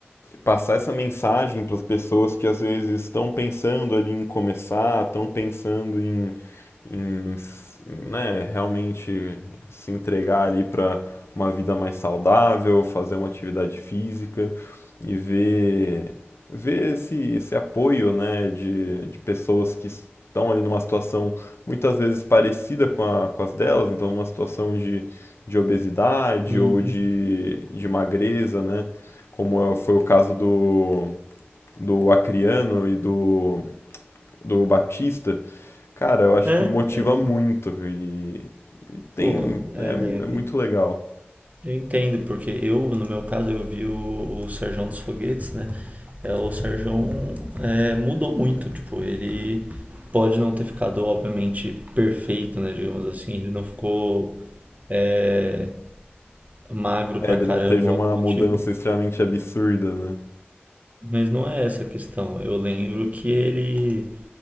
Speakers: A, on the left; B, on the right.
A: passar essa mensagem para as pessoas que às vezes estão pensando ali em começar, estão pensando em em, né, realmente se entregar ali para uma vida mais saudável, fazer uma atividade física e ver, ver esse, esse apoio, né, de, de pessoas que estão ali numa situação muitas vezes parecida com a, com as delas, então numa situação de, de obesidade
B: Uhum.
A: ou de, de magreza, né, como é- foi o caso do, do Acriano e do, do Batista, Cara, eu acho
B: É,
A: que motiva
B: eu-
A: muito e, e tem,
B: pô, é,
A: é, é muito legal.
B: eu entendo, porque eu, no meu caso, eu vi o, o Serjão dos Foguetes, né? É, o Serjão é, mudou muito, tipo, ele pode não ter ficado, obviamente, perfeito, né, digamos assim, ele não ficou é, magro
A: É,
B: pra
A: ele
B: caramba,
A: não teve uma
B: algo do
A: mudança
B: tipo.
A: extremamente absurda, né?
B: Mas não é essa a questão. Eu lembro que ele